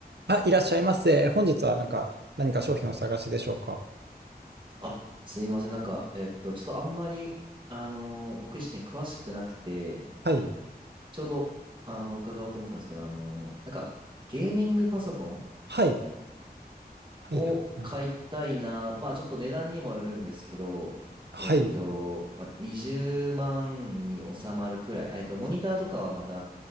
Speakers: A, on the right; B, on the right.
A: あ、いらっしゃいませ。本日はなんか、何か商品をお探しでしょうか。
B: あ、すいません。なんか、えっと、ちょっとあんまり、あのー僕自身詳しくなくて、
A: はい。
B: ちょうど、あの、伺おうと思ってたんですけど、あのーなんか、ゲーミングパソコン
A: はい。はい。
B: を買いたいな、
A: はい。はい。
B: まあ、ちょっと値段にもよるんですけど、
A: はい。
B: えっと、まあ、20万に収まるくらい、あえっと、モニターとかはまた、